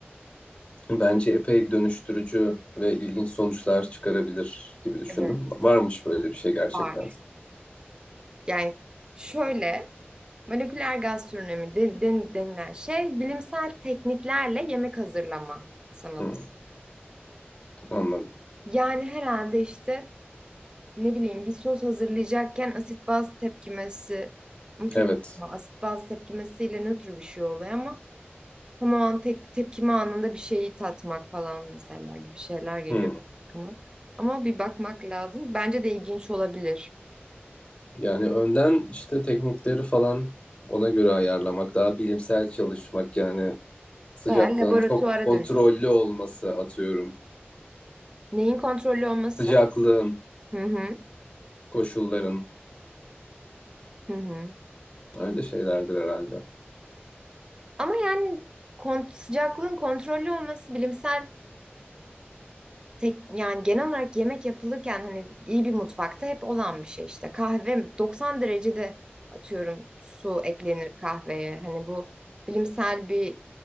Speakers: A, on the left (about 25°); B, on the right (about 20°).
A: bence epey dönüştürücü ve ilginç sonuçlar çıkarabilir gibi düşündüm.
B: evet
A: Varmış böyle bir şey gerçekten.
B: var. Yani şöyle Moleküler gastronomi de- den- denilen şey bilimsel tekniklerle yemek hazırlama sanatı.
A: Hmm, anladım.
B: Yani herhalde işte ne bileyim bir sos hazırlayacakken asit baz tepkimesi ama çok
A: Evet.
B: asit baz tepkimesiyle nötr bir şey oluyor ama tamamen tek, tepkime anında bir şeyi tatmak falan mesela gibi şeyler geliyor
A: Hmm.
B: aklıma. Ama bir bakmak lazım. Bence de ilginç olabilir.
A: Yani önden işte teknikleri falan ona göre ayarlamak, daha bilimsel çalışmak yani sıcaklığın
B: Bayağı laboratuvara
A: çok kontrollü
B: dönüş.
A: olması atıyorum.
B: Neyin kontrollü olması?
A: Sıcaklığın,
B: Hı hı.
A: koşulların
B: Hı hı.
A: öyle şeylerdir herhalde.
B: Ama yani kont sıcaklığın kontrollü olması bilimsel tek yani genel olarak yemek yapılırken hani iyi bir mutfakta hep olan bir şey işte. Kahve 90 derecede atıyorum su eklenir kahveye. Hani bu bilimsel bir